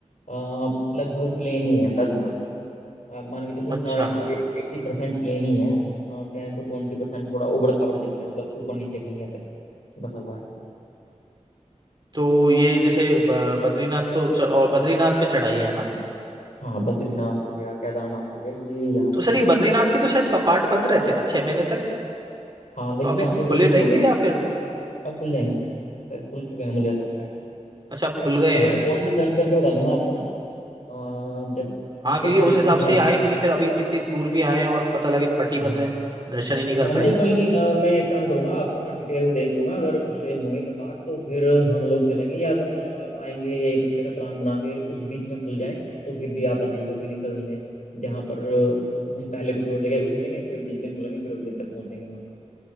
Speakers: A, on the left; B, on the right.
A: अ, लगभग प्लेन ही है लगभग आप मान के चलो
B: अच्छा
A: नाइन्टी एट्टी परसेंट प्लेन ही है टेन टू ट्वेंटी परसेंट थोड़ा उबड़ खाबड़ जमीन है मतलब ऊपर नीचे कहीं ऐसे बसा हुआ है
B: तो ये जैसे ब- बद्रीनाथ तो च- और बद्रीनाथ पे चढ़ाई है ना
A: हाँ बद्रीनाथ हो गया केदारनाथ हो गया ये यहाँ पर
B: तो सर
A: तो
B: ये
A: बस
B: बद्रीनाथ के तो शायद कपाट बंद रहते हैं ना छह महीने तक
A: हाँ लेकिन
B: तो अभी
A: अब
B: खुले
A: तो गर्मी
B: रहेंगे
A: होगी ना हाँ,
B: या फिर
A: अब खुल जाएंगे शायद भूल चुके हैं मुझे ऐसा लग रहा है
B: अच्छा अब खुल गए
A: और
B: हैं
A: मैं और मैं सर्च करके बता दूंगा आपको ना अ, जब
B: हाँ क्योंकि
A: दस तारीख
B: उस हिसाब
A: के बाद
B: से ही आए
A: में ना
B: क्योंकि फिर अभी इतनी दूर भी आए हैं और पता लगे पट्टी
A: हाँ
B: बंद
A: हाँ
B: है दर्शन ही नहीं
A: अ,
B: कर
A: नहीं
B: पाए
A: कोई नहीं अ, मैं एक काम करूंगा आपको ना डिटेल देख लूंगा अगर खुल गए होंगे कपाट तो फिर हम लोग चलेंगे या अगर मान लो आप आएंगे एक हफ्ते का प्लान बना के उस बीच में खुल जाए तो फिर भी आप आ जाइएगा कोई दिक्कत नहीं है जहाँ पर अ, हम पहले कुछ और जगह घूम लेंगे फिर जिस दिन खुलेंगे फिर उस दिन तक पहुंचेंगे वहाँ